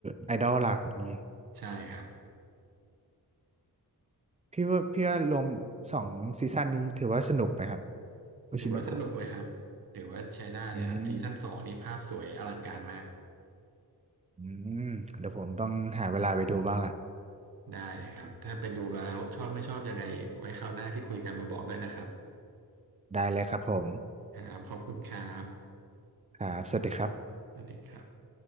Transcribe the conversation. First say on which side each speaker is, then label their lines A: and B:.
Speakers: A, on the right; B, on the right.
A: ไอดอลหลักนี้
B: ใช่ครับ
A: พี่ว่าพี่ว่ารวมสองซีซั่นนี้ถือว่าสนุกไหมครับโอชิโนโกะ
B: ถือว่าสนุกเลยครับถือว่าใช้ได้เลยครับซีซั่นสองนี่ภาพสวยอลังการมาก
A: อืมอืมเดี๋ยวผมต้องหาเวลาไปดูบ้างละ
B: ได้เลยครับถ้าไปดูมาแล้วชอบไม่ชอบยังไงไว้คราวหน้าที่คุยกันมาบอกด้วยนะครับ
A: ได้เลยครับผม
B: ครับขอบคุณครับ
A: ครับสวัสดีครับ
B: สวัสดีครับ